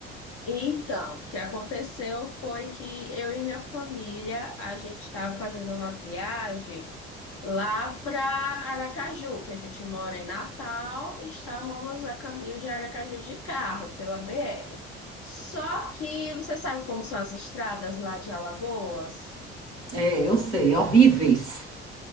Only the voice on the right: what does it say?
É, eu sei, horríveis.